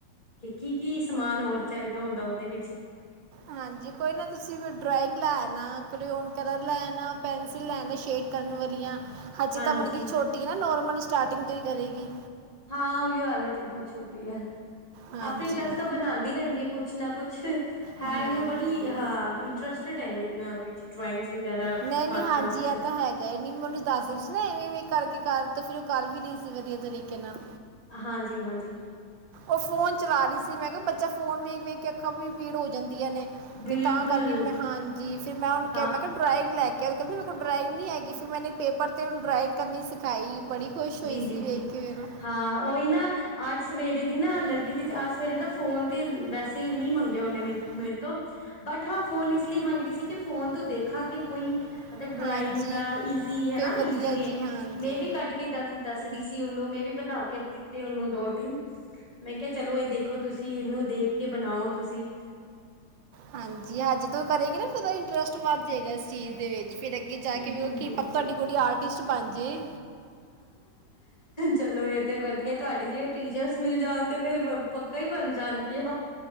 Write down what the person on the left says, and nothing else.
ਕੇ ਕੀ ਕੀ ਸਮਾਨ ਹੋਰ ਚਾਹੀਦਾ ਹੁੰਦਾ ਉਹਦੇ ਵਿੱਚ?
ਹਾਂਜੀ
ਹਾਂ ਉਹੀ ਓ ਹਾਲੇ ਤੇ ਬਹੁਤ ਛੋਟੀ ਐ,
ਆਪਣੀ ਤਰਫ਼ ਤੋਂ ਬਣਾਂਦੀ ਰਹਿੰਦੀ ਐ। ਕੁਛ ਨਾ ਕੁਛ, ਹੈ
ਇਹਨੂੰ ਬੜੀ ਹਾਂ ਇੰਟਰਸਟਡ ਹੈ ਇਹਨਾਂ ਵਿੱਚ। ਡਰਾਇੰਗਸ ਵਗੈਰਾ,
ਆਰਟ
ਕਰਾਫਟ
ਚ।
ਹਾਂਜੀ ਹਾਂਜੀ।
ਬਿਲਕੁਲ
ਹਾਂ
ਜੀ, ਜੀ,
ਜੀ,
ਜੀ
ਹਾਂ ਉਹੀ ਨਾ ਅੱਜ ਸਵੇਰੇ ਦੀ ਨਾ ਲੱਗੀ
ਦੀ ਅੱਜ ਸਵੇਰੇ
ਦਾ ਫੋਨ
ਤੇ
ਵੈਸੇ
ਨੀ
ਮੰਗਿਆ
ਉਹਨੇ ਮੈਨੂੰ
ਮੇਰੇ ਤੋਂ ਬਟ ਹਾਂ ਫੋਨ
ਇਸ ਲਈ ਮੰਗ ਰਹੀ
ਸੀ
ਕਿ
ਫੋਨ
ਤੋਂ ਦੇਖਾਂ ਕਿ
ਕੋਈ
ਮਤਲਬ
ਡਰਾਇੰਗ
ਦਾ
ਈਜ਼ੀ
ਹੈ
ਨਾ ਈਜ਼ੀ
ਵੇ
ਮੈਂ ਵੀ ਕੱਢ ਕੇ ਦ ਦੱਸ ਰਹੀ ਸੀ ਉਹਨੂੰ ਮੈਂ ਵੀ ਬਣਾ ਕੇ ਦਿੱਤੇ ਉਹਨੂੰ ਦੋ ਤਿੰਨ ਮੈਂ ਕਿਹਾ ਚਲੋ ਇਹ ਦੇਖੋ ਤੁਸੀਂ ਇਹਨੂੰ ਦੇਖ ਕੇ ਬਣਾਓ ਤੁਸੀਂ
ਬਿਲਕੁਲ
ਬਿਲਕੁਲ
ਚਲੋ ਇਹ ਤੇ ਵਧੀਆ ਤੁਹਾਡੀ ਜੇ ਟੀਚਰਸ ਮਿਲ ਜਾਣ ਤੇ ਫਿਰ ਪੱਕਾ ਹੀ ਬਣ ਜਾਣਗੀਆਂ